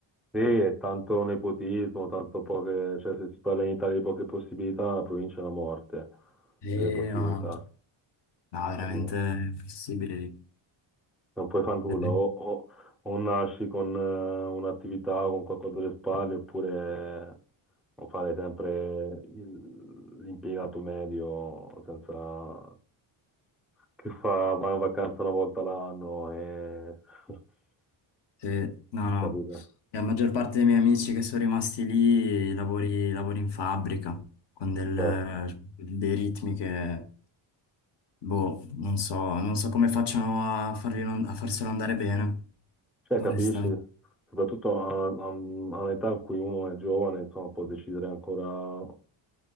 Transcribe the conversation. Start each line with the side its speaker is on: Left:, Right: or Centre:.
Centre: Sì, è tanto nepotismo, tanto poche, cioè se si parla in Italia di poche possibilità, la provincia è la morte delle
Left: E
Centre: possibilità,
Left: no, no, veramente
Centre: capito?
Left: è impossibile
Centre: non puoi fare nulla,
Left: lì.
Centre: o, o- o nasci con eh, un'attività o con qualcosa alle spalle, oppure o fare sempre il- l'impiegato medio senza, che fa, va in vacanza una volta l'anno e <laughs>
Left: Sì, no, no.
Centre: capito?
Left: La maggior parte dei miei amici che sono rimasti lì lavori, lavori in fabbrica con del-
Centre: Cioè,
Left: dei ritmi che, boh, non so, non so come facciano a farli non- a farselo andare bene,
Centre: cioè,
Left: onestamente.
Centre: capisci? Soprattutto a, a- a un'età in cui uno è giovane, insomma, può decidere ancora